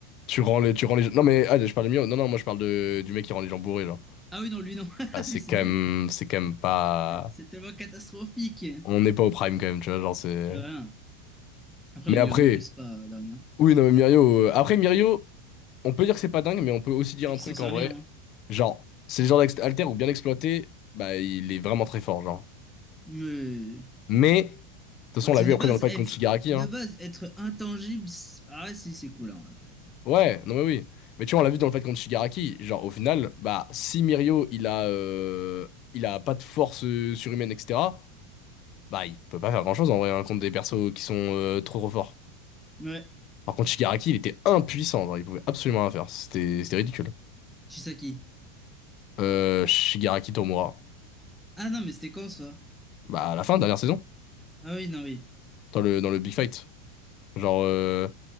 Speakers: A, on the left (about 30°); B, in the centre.
A: tu rends les... tu rends les gens. Non, mais ah, je parle de Milo. Non, non, moi, je parle de... du mec qui rend les gens bourrés, genre.
B: Ah oui, non, lui, non. <laughs>
A: Ah, c'est
B: Lui, c'est
A: quand
B: nul.
A: même... c'est quand même pas.
B: C'est tellement catastrophique.
A: On n'est pas au prime, quand même, tu vois. Genre, c'est.
B: Ah voilà. Après,
A: Mais
B: le milieu
A: après.
B: non plus, c'est pas dernier. hein.
A: Oui, non, mais Mirio.
B: Ça.
A: euh, Après, Mirio, on peut dire que c'est pas dingue, mais on peut aussi dire
B: C'est
A: un
B: qu'il
A: truc
B: s'en sert
A: en vrai.
B: bien, hein.
A: Genre, c'est le genre d'alter où bien exploité, bah, il est vraiment très fort, genre.
B: Mais...
A: Mais, de toute
B: Parce
A: façon, on l'a
B: que
A: vu
B: de
A: après
B: base,
A: dans le fight
B: être...
A: contre Shigaraki,
B: De
A: hein.
B: base, être intangible... c'est- Ah ouais, si, c'est cool, hein, quand même.
A: Ouais, non, mais oui. Mais tu vois, on l'a vu dans le fight contre Shigaraki. Genre, au final, bah, si Mirio, il a, euh, il a pas de force euh, surhumaine, etc., bah, il peut pas faire grand-chose en vrai, hein, contre des persos qui sont euh, trop trop forts.
B: Ouais.
A: Par contre, Shigaraki, il était impuissant, genre, il pouvait absolument rien faire. C'était, c'était ridicule.
B: Shisaki.
A: Euh, Shigaraki Tomura.
B: Ah non, mais c'était quand, ça?
A: Bah, à la fin, dernière saison,
B: Ah oui, non, oui.
A: dans le, dans le Big Fight. Genre, euh,